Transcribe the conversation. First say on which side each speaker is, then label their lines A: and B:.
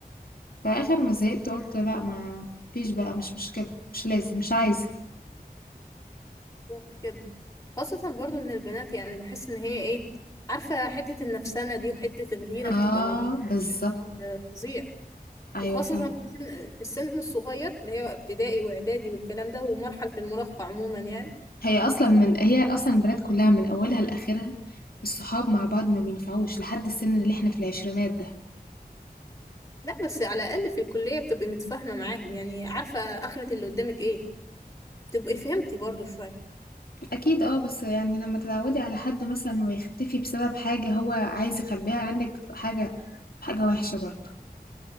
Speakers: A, on the left (about 70°); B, on the left (about 20°).
A: فآخر ما زهقت قُلت لأ، ما فيش بقى مش مشكلة، مش لازم، مش عايزة.
B: بالظبط كده خاصة برضو ان البنات يعني بحس ان هي ايه عارفة حتة النفسانة دي وحتة الغيرة
A: آه،
B: بتبقى موجودة
A: بالضبط،
B: بشكل آه، فظيع
A: أيوه
B: وخاصة
A: فعلًا.
B: في السن في السن الصغير اللي هي ابتدائي واعدادي والكلام ده ومرحلة المراهقة عموما يعني
A: هي اصلا من هي اصلا البنات كلها من اولها لاخرها الصحاب مع بعض ما بينفعوش لحد السن اللي احنا في العشرينات ده
B: لا بس على الأقل في الكلية بتبقي متفاهمة معاهم يعني عارفة آخرة اللي قدامك ايه تبقي فهمتي برضو شوية
A: اكيد اه بس يعني لما تتعودي على حد مثلا ويختفي بسبب حاجة هو عايز يخبيها عنك بتبقى حاجة حاجة وحشة برضه